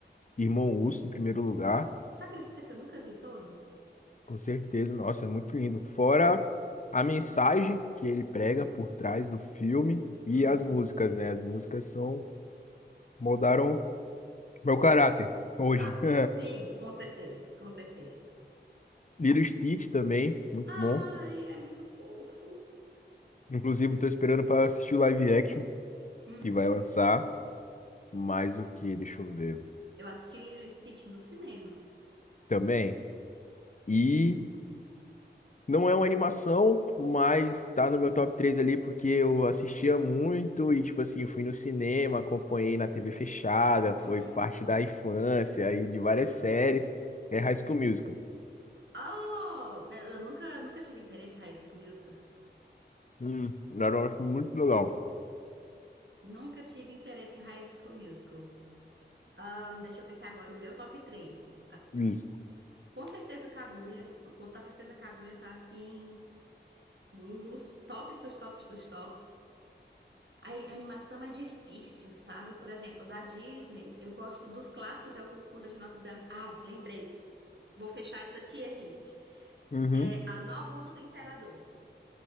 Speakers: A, on the left; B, on the right.
A: Irmão Urso, em primeiro lugar,
B: Tu acredita que eu nunca vi todo?
A: com certeza. Nossa, é muito lindo. Fora a mensagem que ele prega por trás do filme e
B: Uhum.
A: as músicas, né? As músicas são moldaram meu caráter hoje.
B: Ah,
A: <laughs>
B: sim, com certeza, com certeza.
A: Lilo Stitch também, muito
B: Ai,
A: bom.
B: é muito fofo.
A: Inclusive, tô esperando para assistir o live action
B: Uhum.
A: que vai lançar. Mais o que? Deixa eu ver.
B: Eu assisti Little Stitch no cinema.
A: também. E não é uma animação, mas tá no meu top 3 ali porque eu assistia muito e, tipo assim, fui no cinema, acompanhei na TV fechada, foi
B: Uhum.
A: parte da infância e de várias séries. É High School Musical.
B: Oh, eu nunca, nunca tive interesse em High School Musical.
A: Hum, era muito legal.
B: Nunca tive interesse em High School Musical. Ahn, deixa eu pensar agora o meu top 3.
A: Isso.
B: com certeza Kaguya. Contar a Princesa Kaguya tá assim nos tops dos tops dos tops. A animação é difícil, sabe? Por exemplo, da Disney, eu gosto dos clássicos, é o Corcunda de Notre Dame. Ah, lembrei. Vou fechar essa tier list.
A: Uhum.
B: É a Nova Onda do Imperador.